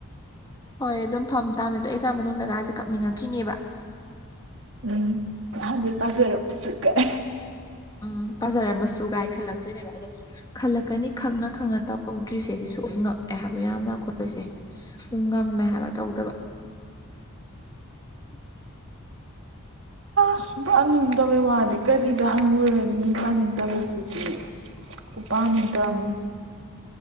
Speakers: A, on the left; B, on the right.
A: ꯍꯣꯏ ꯑꯗꯨꯝ ꯐꯝ ꯇꯥꯕꯅꯦ ꯑꯗꯣ ꯑꯦꯛꯖꯥꯝ ꯃꯅꯨꯡꯗꯒꯥꯁꯦ ꯀꯞꯅꯤꯡꯉꯛꯈꯤꯅꯦꯕ
B: ꯎꯝ ꯉꯍꯥꯟꯗꯩ ꯄꯥꯖꯔꯛꯄꯁꯦ ꯀꯥꯏꯅ
A: ꯎꯝ ꯄꯥꯖꯔꯝꯃꯁꯨꯒꯥꯏ ꯈꯜꯂꯛꯇꯣꯏꯅꯦꯕ ꯑꯗꯣ ꯈꯜꯂꯛꯀꯅꯤ ꯈꯪꯅ ꯈꯪꯅ ꯇꯧꯗ꯭ꯔꯤꯁꯦ ꯁꯤꯁꯨ ꯉꯛꯑꯦ ꯍꯥꯏꯕ ꯌꯥꯝꯅ ꯑꯩꯈꯣꯏꯁꯦ ꯁꯨꯝ ꯉꯝꯃꯦ ꯍꯥꯏꯕ ꯇꯧꯗꯕ <inaudible>
B: ꯑꯁ ꯄꯥꯅꯤꯡꯗꯕꯩ ꯋꯥꯗꯤ ꯀꯔꯤꯗ ꯍꯪꯉꯨꯔꯅꯤ ꯄꯥꯅꯤꯡꯗꯕꯁꯤꯗꯤ ꯈꯨꯄꯥꯥꯅꯤꯡꯗ ꯑꯃꯅꯤ